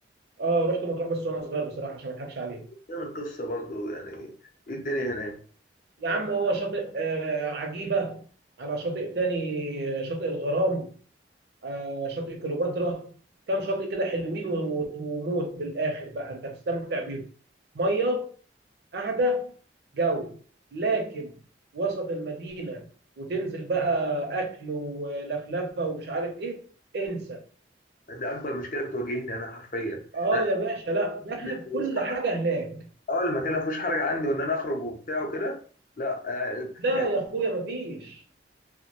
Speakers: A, on the right (about 60°); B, on the left (about 45°).
A: اه رحت مطروح بس وانا صغير بصراحه عشان ما اضحكش عليك
B: تعمل قصة برضو يعني إيه الدنيا هناك؟
A: يا عم هو شاطئ آه عجيبه على شاطئ تاني آه، شاطئ الغرام آه شاطئ كليوباترا كام شاطئ كده حلوين و- و- وموت بالاخر بقى انت هتستمتع بيهم ميه قاعده جو لكن وسط المدينه وتنزل بقى اكل ولفلفه ومش عارف ايه انسى
B: ده أكبر مشكلة بتواجهني أنا حرفيا
A: اه
B: أنا
A: يا باشا لا دهب
B: اللي ما فيهوش
A: كل
B: حرج
A: حاجه هناك
B: أه المكان اللي ما فيهوش حرج عندي وإن أنا أخرج وبتاع وكده لا آه،
A: لا
B: يعني
A: يا اخويا مفيش